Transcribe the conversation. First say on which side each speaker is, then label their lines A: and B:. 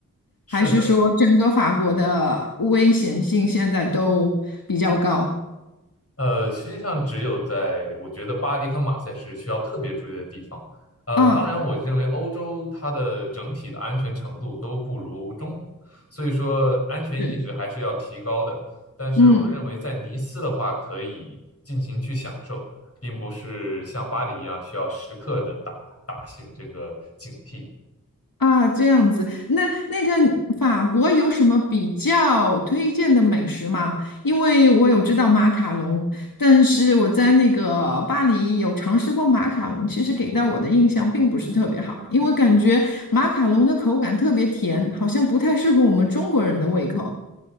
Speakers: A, on the left (about 45°); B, on the left (about 80°).
A: 是的。
B: 还是说整个法国的危险性现在都比较高？
A: 呃，实际上只有在我觉得巴黎和马赛是需要特别注意的地方。呃，
B: 啊，
A: 当然，我认为欧洲它的整体的安全程度都不如中国，所以说安全意识还是要提高的。
B: 是，
A: 但是我认为在尼斯的话，
B: 嗯，
A: 可以尽情去享受，并不是像巴黎一样需要时刻的打打醒这个警惕。
B: 啊，这样子。那那个法国有什么比较推荐的美食吗？因为我有知道马卡龙，但是我在那个巴黎有尝试过马卡龙，其实给到我的印象并不是特别好，因为我感觉马卡龙的口感特别甜，好像不太适合我们中国人的胃口。